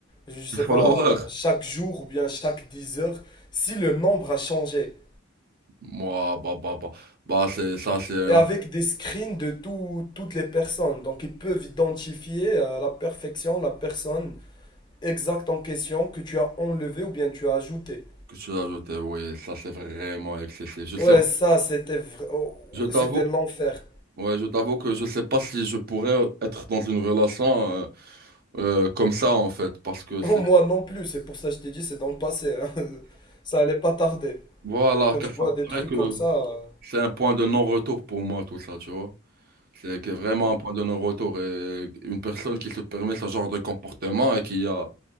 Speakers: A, on the left; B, on the right.
A: je sais
B: Les Followers.
A: pas, chaque jour ou bien chaque 10 heures, si le nombre a changé.
B: Moi, bah, bah, bah. Bah, c'est, ça, c'est un
A: Et avec des screens de tout- toutes les personnes. Donc, ils peuvent identifier à la perfection la personne exacte en question que tu as enlevée ou bien tu as ajoutée.
B: que tu as ajouté. Oui, ça, c'est vraiment excessif. Je sais,
A: Ouais, ça, c'était vra- oh,
B: je t'avoue.
A: c'était l'enfer.
B: Ouais, je t'avoue que je sais pas si je pourrais être dans une relation euh, euh, comme ça, en fait, parce
A: <laughs>
B: que
A: Moi
B: c'est
A: non plus, c'est pour ça que je t'ai dit, c'est dans le passé. hein. <laughs> Ça allait pas tarder.
B: Voilà,
A: Quand
B: car
A: tu
B: ça
A: vois
B: me
A: des trucs
B: paraît que
A: comme ça. euh,
B: c'est un point de non-retour pour moi, tout ça, tu vois. C'est que vraiment
A: ouais.
B: un point de non-retour. Et une personne qui se permet ce genre de comportement et qui a